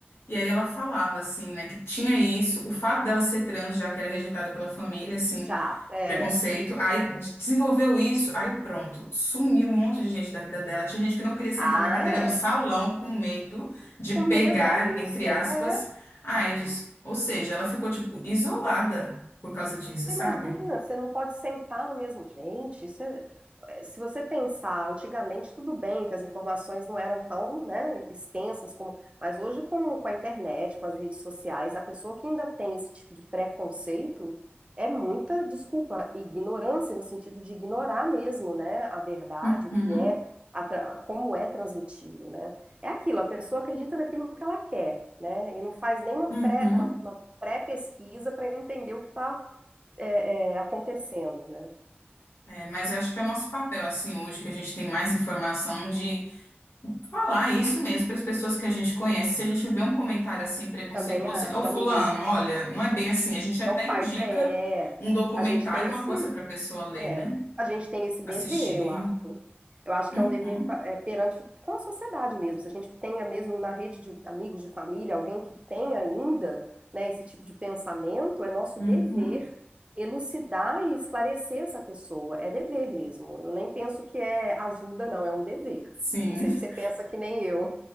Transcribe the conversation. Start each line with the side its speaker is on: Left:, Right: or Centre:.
Left: E aí ela falava, assim, né, que tinha isso, o fato dela ser trans, já que era rejeitada pela família, assim,
Right: já, é.
Left: preconceito, aí de- desenvolveu isso, aí pronto, sumiu um monte de gente da vida dela. Tinha gente que não queria sentar
Right: Ah,
Left: na cadeira
Right: é.
Left: do salão com medo de
Right: Com
Left: pegar,
Right: medo, olha
Left: entre
Right: isso.
Left: aspas,
Right: É.
Left: a AIDS. Ou seja, ela ficou, tipo, isolada por causa disso,
Right: Você
Left: sabe?
Right: imagina, você não pode sentar no mesmo. Gente, isso é- é, se você pensar, antigamente tudo bem que as informações não eram tão, né, extensas como. Mas hoje, com, com a internet, com as redes sociais, a pessoa que ainda tem esse tipo de preconceito é muita, desculpa, ignorância, no sentido de ignorar mesmo, né, a verdade,
Left: Uhum,
Right: o que é, a tra- como é transmitido, né? É aquilo, a pessoa acredita naquilo que ela quer, né, e não faz nenhuma
Left: uhum.
Right: pré, uma, uma pré-pesquisa para entender o que está é, é, acontecendo, né?
Left: É, mas eu acho que é o nosso papel, assim, hoje, que a gente tem mais informação de Falar isso mesmo para as pessoas que a gente conhece, se a gente vê um comentário assim preconceituoso,
Right: Também acho,
Left: é o fulano,
Right: amiga.
Left: olha, não é bem assim. A gente até
Right: Não faz,
Left: indica
Right: é,
Left: um documentário,
Right: a gente tem
Left: uma
Right: esse,
Left: coisa para a pessoa ler,
Right: é,
Left: né?
Right: a gente tem esse dever,
Left: Assistir.
Right: eu acho. Eu acho que
Left: Uhum,
Right: é um dever pa- é, perante com a sociedade mesmo. Se a gente tenha mesmo na rede de amigos, de família, alguém que tem ainda, né, esse tipo de pensamento, é nosso
Left: uhum.
Right: dever elucidar e esclarecer essa pessoa. É dever mesmo. Eu nem penso que é ajuda, não, é um dever.
Left: Sim,
Right: Não sei se você pensa que nem eu.